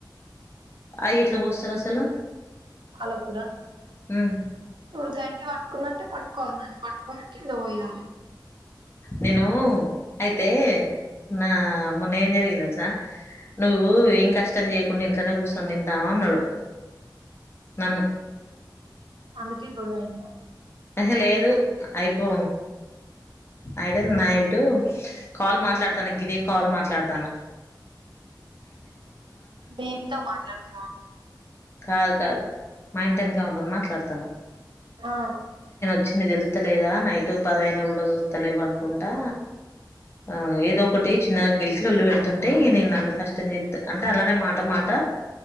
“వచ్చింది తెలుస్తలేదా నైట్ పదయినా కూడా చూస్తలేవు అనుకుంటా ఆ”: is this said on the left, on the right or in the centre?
Left